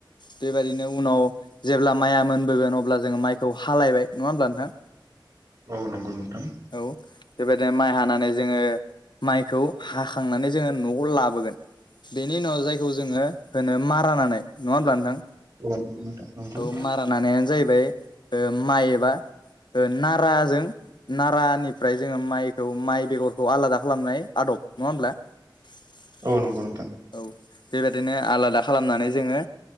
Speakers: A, on the left; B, on the right.
A: बेबायदिनो उनाव जेब्ला माइया मोनबोगोन अब्ला जोङो माइखौ हालायबाय नङा होमब्ला नोंथां
B: औ नंगौ नोंथां।
A: औ बेबायदिनो माइ हानानै जोङो माइखौ हाखांनानै जोङो न'आव लाबोगोन। बेनि उनाव जायखौ जोङो होनो मारा नानाय नङा होमब्ला नोंथां?
B: औ नंगौ नोंथां नंगौ
A: औ मारा नानायानो जाहैबाय माइ एबा नाराजों नारानिफ्राय जोङो माइखौ माइ बेगरखौ आलादा खालामनाय आदब नङा होमब्ला? ओम
B: औ नंगौ नोंथां।
A: औ बेबायदिनो आलादा खालामनानै जोङो